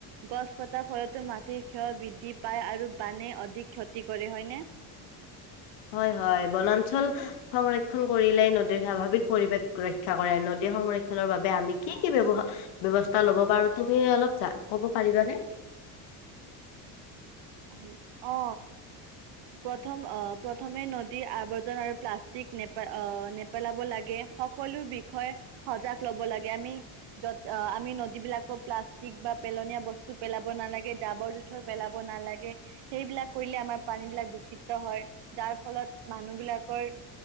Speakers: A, on the right (about 65°); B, on the left (about 80°).
A: গছ কটাৰ ফলতো মাটিৰ ক্ষয় বৃদ্ধি পায় আৰু বানে অধিক ক্ষতি কৰে হয়নে
B: হয় হয় বনাঞ্চল সংৰক্ষন কৰিলেই নদীৰ স্বাভাৱিক পৰিৱেশ ৰক্ষা কৰে নদীৰ সংৰক্ষনৰ বাবে আমি কি কি ব্যৱহা ব্যৱস্থা লব পাৰো তুমি অলপ কব পাৰিবানে
A: আহ অ প্ৰথম আহ প্ৰথমে নদীৰ আৱৰ্জন আৰু প্লাষ্টিক নেপ আহ নেপেলাব লাগে সকলো বিষয়ে সজাগ লব লাগে আমি যত আমি যিবিলাকক প্লাষ্টিক বা পেলনীয়া বস্তু পেলাব নালাগে জাবৰ জোথৰ পেলাব নালাগে সেইবিলাক কৰিলে আমাৰ পানী বিলাক দূষিত হয় যাৰ ফলত মানুহ বিলাকৰ